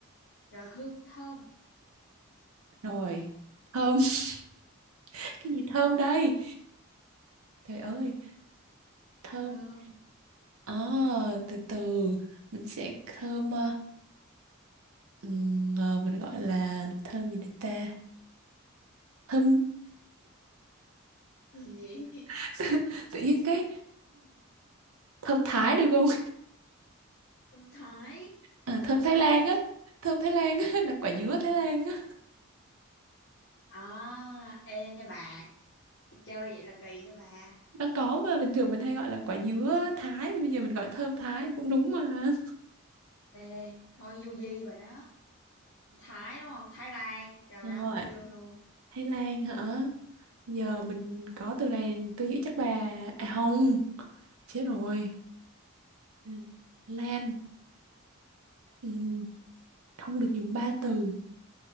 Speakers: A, on the left; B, on the right.
A: rồi hương thơm
B: rồi thơm <laughs> cái gì thơm đây trời ơi thơm
A: thơm
B: Ờ, từ từ mình sẽ thơm ờ, ừm, ờ, mình gọi là thơm gì đây ta thơm
A: gì vậy?
B: <laughs> tự nhiên cái <clears throat> thơm Thái được không
A: thơm Thái
B: Ờ,
A: thơm
B: thơm Thái
A: Thái
B: Lan á thơm Thái Lan á, là quả dứa Thái Lan á
A: À, ê nha bà, chơi vậy là kỳ nha bà.
B: nó có mà bình thường mình hay gọi là quả dứa Thái thì bây giờ mình gọi thơm Thái cũng đúng mà
A: Ê, thôi du di bà đó. Thái đúng không? Thái Lan. Rồi
B: Đúng
A: đó,
B: rồi
A: tôi vô luôn.
B: Thái Lan hả giờ mình có từ này tôi nghĩ chắc bà à không chết rồi Ừ, Lan ừ, không được dùng ba từ